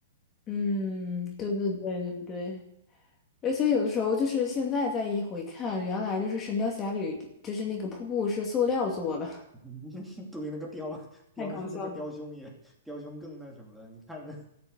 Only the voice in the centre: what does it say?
<laughs> 对那个雕雕那个雕兄也雕兄更那什么了。
你看那